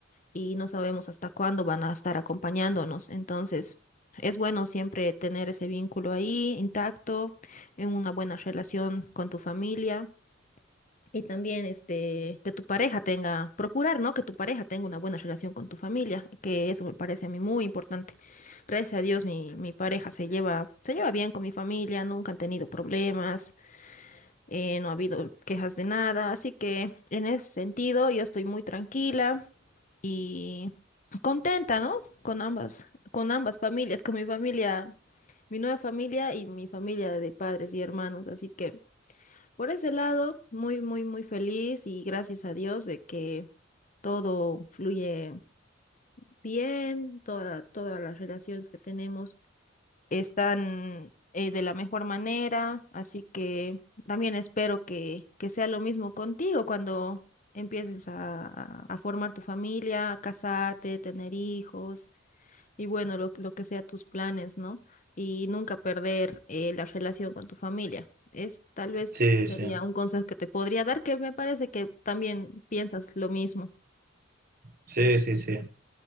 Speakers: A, on the left (about 40°); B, on the right (about 45°).
A: y no sabemos hasta cuándo van a estar acompañándonos. Entonces, es bueno siempre tener ese vínculo ahí intacto, en una buena relación con tu familia. Y también este, que tu pareja tenga, procurar, ¿no? Que tu pareja tenga una buena relación con tu familia, que eso me parece a mí muy importante. Gracias a Dios mi, mi pareja se lleva, se lleva bien con mi familia, nunca han tenido problemas, eh, no ha habido quejas de nada, así que en ese sentido yo estoy muy tranquila y contenta, ¿no? Con ambas, con ambas familias, con mi familia, mi nueva familia y mi familia de padres y hermanos, así que... Por ese lado, muy, muy, muy feliz y gracias a Dios de que todo fluye bien, toda- todas las relaciones que tenemos están eh, de la mejor manera, así que también espero que, que sea lo mismo contigo cuando empieces a, a a formar tu familia, a casarte, tener hijos. Y bueno, lo, lo que sea tus planes, ¿no? Y nunca perder eh, la relación con tu familia. Es tal vez
B: Sí,
A: sería
B: sí,
A: un consejo que te podría dar, que me parece que también piensas lo mismo.
B: sí, sí, sí.